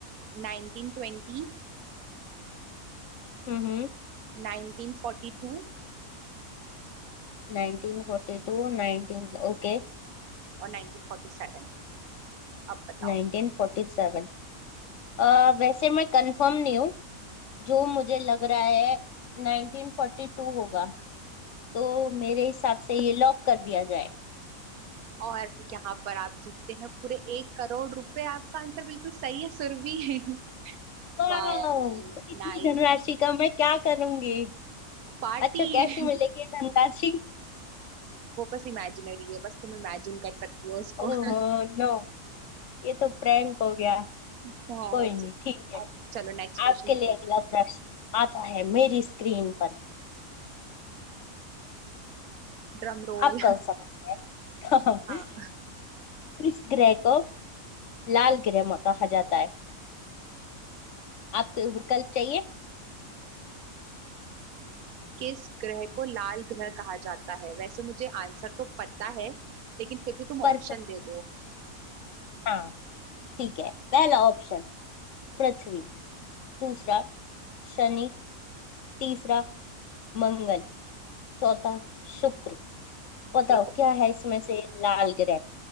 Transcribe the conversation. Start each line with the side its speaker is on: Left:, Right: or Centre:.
Right: 1920,
Left: हम्म हम्म
Right: 1942
Left: 1942 19 ओके
Right: और 1947 अब बताओ
Left: 1947 अ, वैसे मैं कंफर्म नहीं हूँ जो मुझे लग रहा है 1942 होगा तो मेरे हिसाब से ये लॉक कर दिया जाए
Right: और यहाँ पर आप जीतते हैं पूरे एक करोड़ रुपए आपका आंसर बिल्कुल सही है सुरभि <laughs>
Left: वाह
Right: वाह यार
Left: इतनी
Right: नाइस
Left: धनराशि का मैं क्या करूंगी
Right: पार्टी
Left: अच्छा कैसे
Right: <laughs>
Left: मिलेगी ये धनराशि
Right: वो बस इमेजिनरी है बस तुम इमेजिन कर सकती हो उसको
Left: ओह
Right: <laughs>
Left: नो ये तो प्रैंक हो गया
Right: हाँ,
Left: कोई नहीं
Right: च-
Left: ठीक है
Right: अब चलो नेक्स्ट क्वेश्चन
Left: आपके लिए
Right: तुम
Left: अगला प्रश्न आता है मेरी स्क्रीन पर
Right: Drum role
Left: आपका
Right: <laughs>
Left: सवाल <laughs>
Right: हाँ
Left: किस ग्रह को लाल ग्रह में कहा जाता है आपको विकल्प चाहिए
Right: किस ग्रह को लाल ग्रह कहा जाता है वैसे मुझे आंसर तो पता है लेकिन फिर भी तुम ऑप्शन
Left: पर्सन
Right: दे दो
Left: हाँ ठीक है पहला ऑप्शन पृथ्वी दूसरा शनि तीसरा मंगल चौथा शुक्र बताओ
Right: देखो
Left: क्या है इसमें से लाल ग्रह